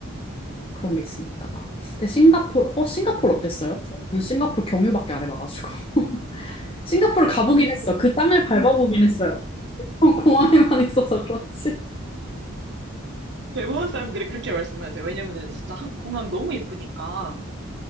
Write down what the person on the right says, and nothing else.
아,
아,
아,
싱가포르.
대부분 사람들이 그렇게 말씀하세요. 왜냐면은 진짜 한- 공항 너무 예쁘니까.